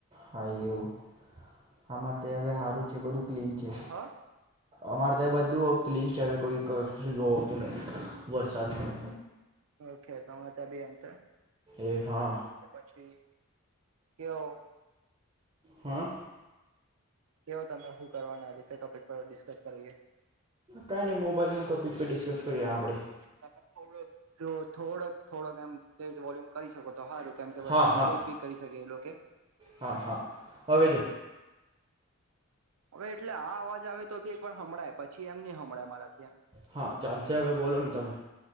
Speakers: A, on the right; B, on the right.
A: હા એવું અમારે તો હવે સારું છે બધું ક્લીન છે
B: હા
A: અમારે તો એ બધું ક્લીન છે હવે કોઈ કું જો આવતું નથી વરસાદનું
B: ઓકે તમારે ત્યા બી એમ તો
A: એ હા
B: પછી કેવો
A: હા
B: કેવો તમે હુ કરવાના આજે તે ટોપિક પર ડિસ્કસ કરીએ
A: કઈ નઈ મોબાઈલ ના ટોપિકપર ડિસ્કસ કરીએ આપડે
B: તમે થોડ થોડક થોડક એમ તેજ વોલ્યુમ કરી શકો તો હારું કેમ કે પછી
A: હા હા
B: રિજેક્ટ ભી કરી શકે એ લોકે
A: હા હા હવે જો
B: હવે એટલે આ અવાજ આવે તો બી એક વાર હમડાય પછી એમ ની હમડાય મારાથી એમ
A: હા ચાલશે હવે બોલો ને તમે